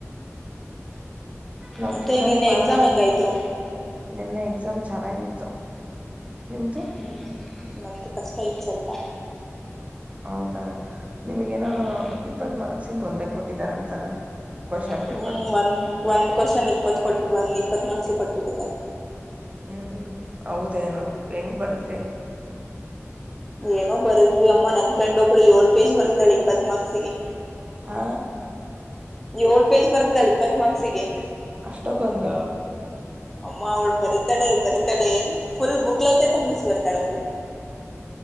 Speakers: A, on the right; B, in the centre.
A: ನಾವ್
B: ಮತ್ತೆ
A: ಟಿಫನೇ
B: ನಿನ್ನೆ
A: ಮಾಡಲ್ಲ
B: ಎಕ್ಸಾಮ್ ಹೆಂಗಾಯ್ತು?
A: ನಿನ್ನೆ ಎಕ್ಸಾಮ್ ಚೆನ್ನಾಗಿತ್ತು ನಿಮ್ದು?
B: ಹ್ಮ್ ನಮ್ದು ಕಷ್ಟ ಇತ್ ಸ್ವಲ್ಪ.
A: ಹೌದಾ ನಿಮಗೇನೋ
B: ಹ್ಮ್
A: ಇಪ್ಪತ್ ಮಾರ್ಕ್ಸಿಂದ ಒಂದೇ ಕೊಟ್ಟಿದಾರಂತಲ್ಲ ಕ್ವಶನ್
B: ಹ್ಮ್
A: ಪೇಪರ್
B: ಒಂದ್ ಒಂದ್ ಕ್ವಶನ್ ಇಪ್ಪತ್ ಕೊಟ್ ಒಂದ್ ಇಪ್ಪತ್ ಮಾರ್ಕ್ಸಿಗ್ ಪ ಕೊಟ್ಟಿಟ್ಟಾರೆ.
A: ಹ್ಮ್ ಹೌದೇನು ಹೆಂಗ್ ಬರ್ದ್ರಿ?
B: ಏನೋ ಬರದ್ವಿ ಅಮ್ಮ ನನ್ ಫ್ರೆಂಡ್ ಒಬ್ಬಳು ಏಳ್ ಪೇಜ್ ಬರ್ತಿದಾಳೆ ಇಪ್ಪತ್ ಮಾರ್ಕ್ಸಿಗೆ.
A: ಆ
B: ಯೋಳ್ ಪೇಜ್ ಬರ್ದಳ್ ಇಪ್ಪತ್ ಮಾರ್ಕ್ಸಿಗೆ
A: ಅಷ್ಟಕ್ಕೊಂದ
B: ಅಮ್ಮ ಅವಳು ಬರೀತಾಳೆ ಬರಿತಾಳೆ ಫುಲ್ ಬುಕ್ಲೈಟೆ ತುಂಬಿಸ್ ಬರ್ತಾಳ್ ಅವ್ಳು.